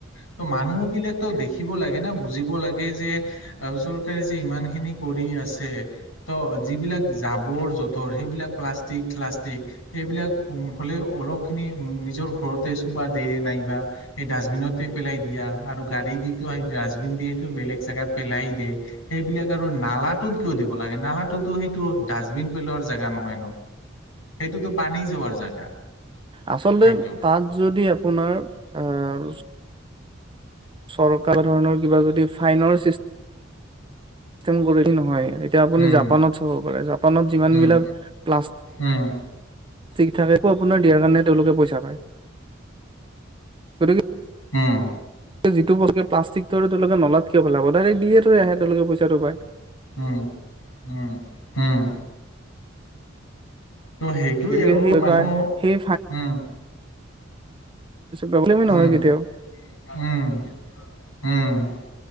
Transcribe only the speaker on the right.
আচলতে,
তাত যদি আপোনাৰ আহ চৰকাৰ ধৰণৰ কিবা যদি, ফাইনৰ ছিষ্টেম কৰিলে নহয়, এতিয়া আপুনি
জাপানত চাব পাৰে, জাপানত যিমান
বিলাক প্লাছ,
ঠিক থাকে, ত আপোনাৰ দিয়াৰ কাৰণে, তেওঁলোকে পইচা পায়। গতিকে
যিটো প্লাষ্টিকটো তোকে নলাত কিয় পলাব ডাইৰে দিয়ে থ আহে তেওঁলোকে পইচাটো পায়
গতিকে
সেই
বা সেই
প্ৰব্লেমেই নহয়
কেতিয়াও